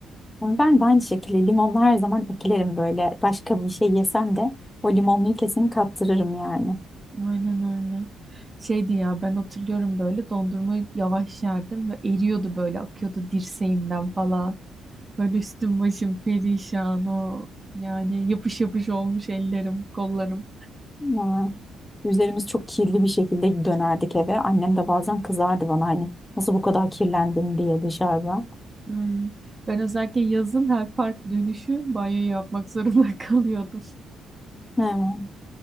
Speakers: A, on the left (about 15°); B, on the right (about 25°).
A: Ben de aynı şekilde limonlu her zaman eklerim böyle. Başka bir şey yesem de o limonluyu kesin kaptırırım yani.
B: Aynen öyle. Şeydi ya ben hatırlıyorum böyle dondurmayı yavaş yerdim ve eriyordu böyle akıyordu dirseğimden falan. Böyle üstüm başım perişan o yani yapış yapış olmuş ellerim, kollarım.
A: Ama Üzerimiz çok kirli bir şekilde dönerdik eve. Annem de bazen kızardı bana hani nasıl bu kadar kirlendin diye dışarıda.
B: Ay, Ben özellikle yazın her park dönüşü banyo yapmak zorunda <laughs> kalıyordum.
A: Evet.